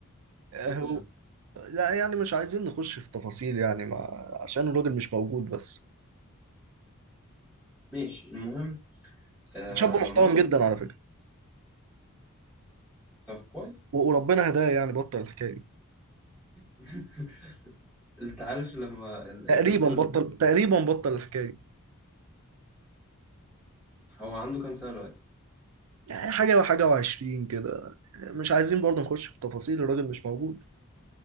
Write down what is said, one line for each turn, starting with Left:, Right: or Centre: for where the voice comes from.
Right: آه،
Centre: شوف
Right: هو
Centre: لي شكله
Right: لا يعني مش عايزين نخش في تفاصيل يعني ما... عشان الراجل مش موجود بس
Centre: ماشي المهم آه
Right: شاب
Centre: لما
Right: محترم
Centre: أنت
Right: جدا على فكرة
Centre: طب كويس
Right: و- وربنا هداه يعني بطل الحكاية دي
Centre: <laughs> أنت عارف لما ال- الطفل
Right: تقريبا بطل تقريبا بطل الحكاية دي
Centre: هو عنده كام سنة دلوقتي
Right: يعني حاجة وحاجة وعشرين كده مش عايزين برضه نخش في تفاصيل الراجل مش موجود